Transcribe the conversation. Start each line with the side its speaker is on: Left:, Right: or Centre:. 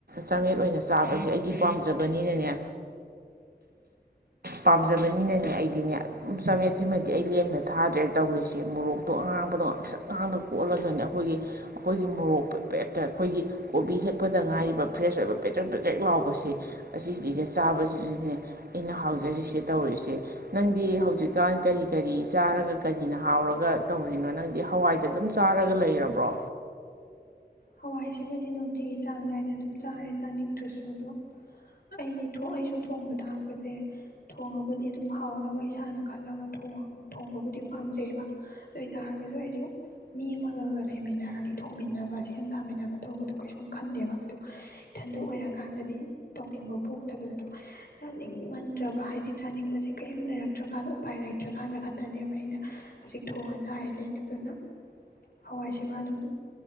Right: ꯆꯥꯃꯦꯠ ꯑꯣꯏꯅ ꯆꯥꯕꯁꯦ ꯑꯩꯗꯤ ꯄꯥꯝꯖꯕꯅꯤꯅꯅꯦ ꯄꯥꯝꯖ ꯐꯖꯕꯅꯤꯅꯅꯦ ꯑꯩꯗꯤꯅꯦ ꯆꯃꯦꯠꯁꯤꯃꯗꯤ ꯑꯩ ꯂꯦꯝꯅ ꯊꯥꯗ꯭ꯔꯦ ꯇꯧꯔꯤꯁꯦ ꯃꯣꯔꯣꯛꯇꯣ ꯑꯉꯥꯡꯕꯗꯣ ꯉꯥꯡꯁꯛ ꯉꯥꯡꯅ ꯀꯣꯠꯂꯒꯅꯦ ꯑꯩꯈꯣꯏꯒꯤ ꯑꯩꯈꯣꯏꯒꯤ ꯃꯣꯔꯣꯛ ꯑꯩꯈꯣꯏꯒꯤ ꯀꯣꯕꯤ ꯍꯦꯛꯄꯗ ꯉꯥꯏꯔꯤꯕ ꯐ꯭ꯔꯦꯁ ꯑꯣꯏꯕ ꯄꯦꯗꯇ꯭ꯔꯦꯛ ꯄꯦꯗ꯭ꯔꯛ ꯂꯥꯎꯕꯁꯦ ꯑꯁꯤꯁꯤꯒ ꯆꯥꯕꯁꯤꯗꯅꯦ ꯑꯩꯅ ꯍꯥꯎꯖꯔꯤꯁꯦ ꯇꯧꯔꯤꯁꯦ ꯅꯪꯗꯤ ꯍꯧꯖꯤꯛꯀꯥꯟ ꯀꯔꯤ ꯀꯔꯤ ꯆꯥꯔꯒ ꯀꯔꯤꯅ ꯍꯥꯎꯔꯒ ꯇꯧꯔꯤꯅꯣ ꯅꯪꯗꯤ ꯍꯋꯥꯏꯗ ꯑꯗꯨꯝ ꯆꯥꯔꯒ ꯂꯩꯔꯕ꯭ꯔꯣ
Left: ꯍꯋꯥꯏꯁꯤꯃꯗꯤ ꯅꯨꯡꯇꯤꯒꯤ ꯆꯥꯡ ꯅꯥꯏꯅ ꯑꯗꯨꯝ ꯆꯥꯔꯦ ꯆꯥꯅꯤꯡꯗ꯭ꯔꯁꯨ ꯑꯗꯣ ꯑꯩꯗꯤ ꯑꯩꯁꯨ ꯊꯣꯡꯕ ꯊꯥꯛꯄꯁꯦ ꯊꯣꯡꯉꯕꯨꯗꯤ ꯑꯗꯨꯝ ꯍꯥꯎꯅꯕ ꯏꯁꯥꯅ ꯈꯜꯂꯒ ꯊꯣꯡꯕꯕꯨꯗꯤ ꯄꯥꯝꯖꯩꯑꯕ ꯑꯗꯨ ꯑꯣꯏ ꯇꯥꯔꯒꯁꯨ ꯑꯩꯁꯨ ꯃꯤ ꯑꯃꯒꯒ ꯂꯩꯃꯤꯟꯅꯔꯗꯤ ꯊꯣꯡꯃꯤꯟꯅꯕꯁꯦ ꯁꯦꯝ ꯁꯥꯃꯤꯟꯅꯕ ꯇꯧꯕꯗꯣ ꯀꯩꯁꯨꯝ ꯈꯟꯗꯦꯕ ꯑꯗꯣ ꯏꯊꯟꯗ ꯑꯣꯏꯔꯀꯥꯟꯗꯗꯤ ꯇꯧꯅꯤꯡꯕ ꯄꯣꯛꯇꯕꯗꯨꯗꯣ ꯆꯥꯅꯤꯡꯃꯟꯗ꯭ꯔꯕ ꯍꯥꯏꯗꯤ ꯆꯥꯅꯤꯡꯕꯁꯦ ꯀꯔꯤꯝ ꯂꯩꯔꯛꯇ꯭ꯔꯀꯥꯟꯗ ꯎꯄꯥꯏ ꯂꯩꯇ꯭ꯔꯀꯥꯟꯗ ꯈꯛꯇꯅꯦꯕ ꯑꯩꯅ ꯍꯧꯖꯤꯛ ꯊꯣꯡꯉ ꯆꯥꯔꯤꯁꯦ ꯑꯗꯨꯗꯨꯅ ꯍꯋꯥꯏꯁꯤꯃ ꯑꯗꯨꯝ